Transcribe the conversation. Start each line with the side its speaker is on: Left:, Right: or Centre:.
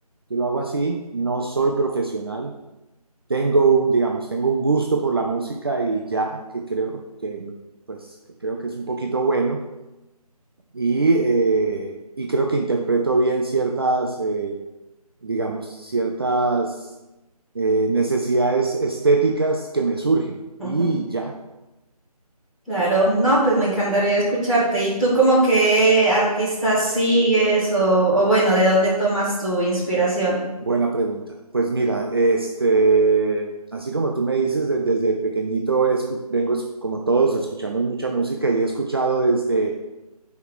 Right: Yo lo hago así, no soy profesional, tengo un, digamos, tengo un gusto por la música y ya, que creo que, pues, que creo que es un poquito bueno y, eh, y creo que interpreto bien ciertas... eh, digamos, ciertas eh, necesidades estéticas que me surgen. Y
Centre: <laughs>
Right: ya,
Centre: Claro, no, pues me encantaría escucharte. ¿Y tú como qué artistas sigues o, o bueno, de dónde tomas tu inspiración?
Right: buena pregunta. Pues mira, este, así como tú me dices, de- desde pequeñito escu- vengo, es- como todos, escuchamos mucha música y he escuchado desde,